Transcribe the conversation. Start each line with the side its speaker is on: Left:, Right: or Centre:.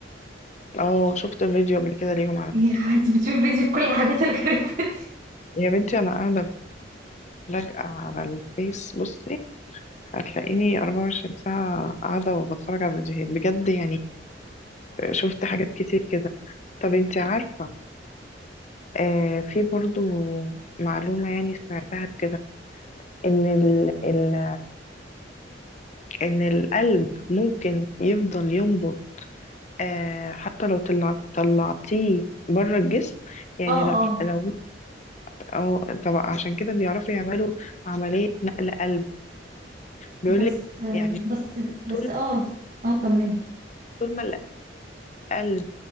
Left: اه شفت فيديو قبل كده ليهم على
Right: يا
Left: فكرة.
Right: انت بتشوف فيديو كل الحاجات الغريبة دي
Left: يا بنتي انا قاعدة لاجئة على الفيس بصي هتلاقيني 24 ساعة قاعدة وبتفرج على فيديوهات بجد يعني شفت حاجات كتير كده طب انتي عارفة آه في برضو معلومة يعني سمعتها كده إن ال ال إن القلب ممكن يفضل ينبض آه حتى لو طلع طلعتيه بره الجسم يعني
Right: اه
Left: لو
Right: اه
Left: لو أو طب عشان كده بيعرفوا يعملوا عملية نقل قلب بيقولك
Right: بس
Left: يعني
Right: بس بس
Left: طول
Right: اه اه كملي
Left: طول ما القلب